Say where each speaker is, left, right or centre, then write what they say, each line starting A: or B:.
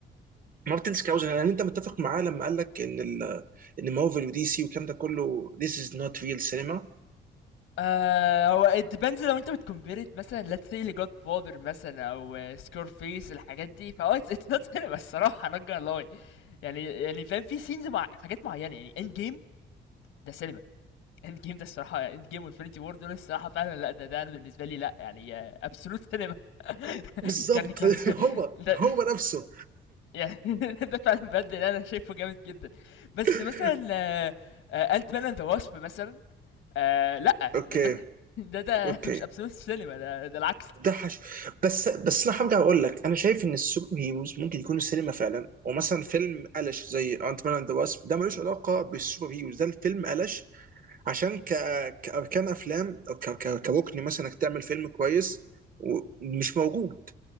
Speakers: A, on the right; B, on the left.
A: لمارتن سكاوزر هل انت متفق معاه لما قال لك ان ال... ان مارفل ودي سي والكلام ده كله this is not real cinema
B: آه هو it depends لو انت بتكمبيرت مثلا let's say لجود فاذر مثلا او سكور فيس الحاجات دي فهو it's, it's not <laughs> cinema الصراحة not gonna lie يعني يعني فاهم في سينز مع حاجات معينة يعني end game ده سينما end game ده الصراحة end game وانفينيتي وور دول الصراحة فعلا لا ده ده انا بالنسبة لي لا يعني آه، absolute سينما <laughs>
A: بالظبط
B: كان كان
A: <laughs> هو
B: ده
A: هو نفسه
B: يعني <laughs> ده فعلا بجد اللي انا شايفه جامد جدا بس
A: <laughs>
B: مثلا انت مان اند ذا واسب مثلا آه لا
A: اوكي
B: ده ده, ده, ده
A: اوكي
B: مش ابسولوت سينما ده, ده العكس
A: ده حش بس بس انا هرجع اقول لك انا شايف ان السوبر هيروز ممكن يكونوا سينما فعلا ومثلا فيلم قلش زي انت مان اند واسب ده ملوش علاقه بالسوبر هيروز ده الفيلم قلش عشان ك... كاركان افلام او ك... ك... كركن مثلا انك تعمل فيلم كويس ومش موجود